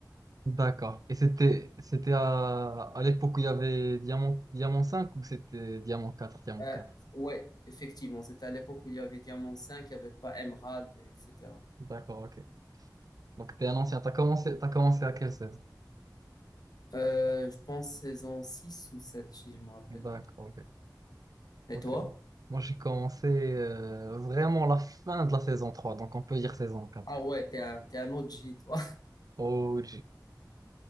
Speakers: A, on the right (about 55°); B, on the left (about 60°).
A: D'accord. Et c'était c'était à, à l'époque où il y avait Diamant, Diamant cinq ou c'était Diamant quatre Diamant
B: Euh,
A: 4.
B: ouais, effectivement, c'était à l'époque où il y avait Diamant 5, il n'y avait pas Emerald, etc.
A: D'accord, ok. Donc t'es un ancien, t'as commencé, t'as commencé à quelle saison
B: Euh, je pense saison 6 ou 7 si je me rappelle
A: D'accord,
B: bien.
A: ok.
B: Et
A: Ok.
B: toi?
A: Moi j'ai commencé euh, vraiment la fin de la saison trois. donc on peut dire saison 4.
B: Ah ouais, t'es un, t'es un O G toi.
A: Oh,